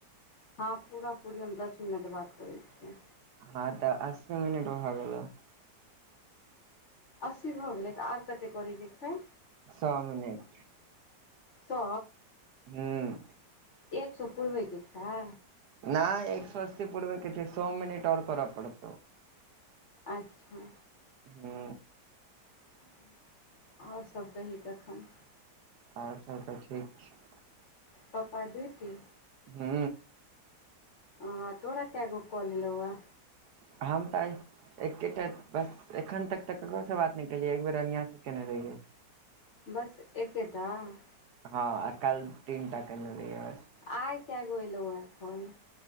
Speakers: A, on the left; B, on the right.
A: हँ पूरा पूरी हम दस मिनट बात करै छियै
B: हँ तऽ अस्सी मिनट भगेलो
A: अस्सी भऽ गेलै तऽ आर कतेक करैके छै
B: सौ मिनीट
A: सौ
B: ह्म
A: एक सौ पूर्वे के छै
B: नहि एक सौ अस्सी पूरबे के छै सौ मिनट और करऽ पड़तौ
A: अच्छा
B: हु
A: <unintelligible> ओर सब कही तखन
B: ओर सब त ठीक छै
A: पप्पा डूटी
B: ह
A: आ तोरा केगो कॉल एलोय
B: हमम त आय एकेटा बस एखन तक तऽ ककरो से बात न केलियै एक बेर अनिया से केने रहियै
A: बस एकेटाऽ
B: हँ आ काल तीन टा केने रहियै बस
A: आय केगो एलोय फोन